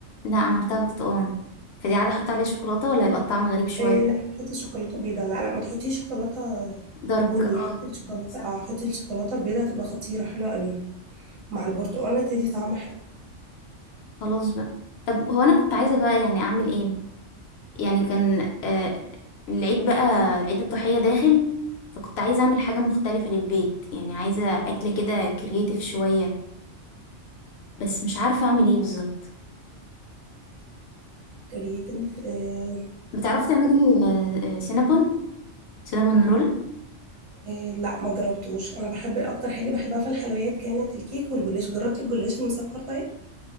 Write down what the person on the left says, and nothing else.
لا عملتها برتقال فدي عادة أحط عليها شوكولاتة ولا هيبقى الطعم غريب شوية
دارك
اه
حسن.
خلاص بقى طب هو أنا كنت عايزة بقى يعني أعمل إيه يعني كان آه العيد بقى عيد الضحية داخل فكنت عايزة أعمل حاجة مختلفة للبيت يعني عايزة أكلة كده كرييتيف شوية بس مش عارفة أعمل إيه بالظبط
بتعرفي تعملي آه، آه، سينابون سينابون رول